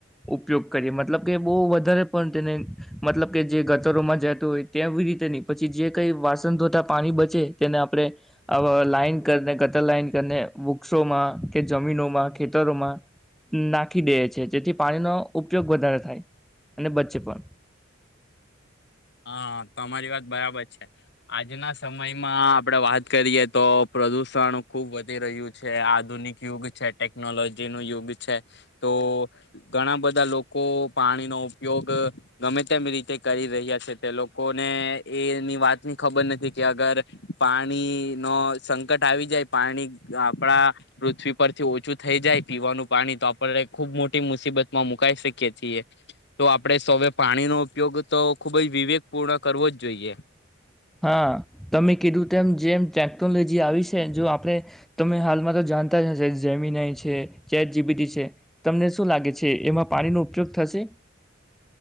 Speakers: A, in the centre; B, on the left.
A: ઉપયુક્ત કરીએ મતલબ કે બહુ વધારે પણ તેને મતલબ કે જે ગતરોમાં જતું હોય તેવી રીતે નની પછી જે કઈ વાસણ ધોતા પાણી બચે તેને આપણે લાઈન કરીને ગતર લાઈન કરીને વૃક્ષોમાં કે જમીનોમાં ખેતરોમાં નાખી દઈએ છી જેથી પાણીનો ઉપયોગ વધારે થાય અને બચે પણ.
B: હા, તમારી વાત બરાબર છે, આજના સમય સમયમાં આપડે વાત કરીએ તો પ્રદુષણ ખુબ બધ રહ્યું છે આધુનિક યુગ છે ટેકનોલોજી નું યુગ છે તો ઘણા બધા લોકો પાણી નો ઉપયોગ ગમે તેમ રીતે કરી રહ્યા છે. તે લોકોને એની વાતની ખબર નથી કે અગર પાણી નો સંકટ આવી જાય પાણી આપણા પૃથ્વી પરથી ઓછું થઈ જાય પીવાનું પાણી તો આપણે ખુબ મોટી મુસીબત માં મુકાઈ શકીએ છીએ તો આપડે સૌવે પાણી નો ઉપયોગ તો ખુબ જ વિવેક પૂર્ણ કરવો જ જોઈએ.
A: હા તમે કીધું તેમ જેમ ટેકનોલોજી આવી છે જો આપણે તમે હાલમાં તો જાણતા જ હશે જમીનય છે, ચેટ જીબીટી છે, તમને શું લાગે છે એમાં પાણીનો ઉપયોગ થશે.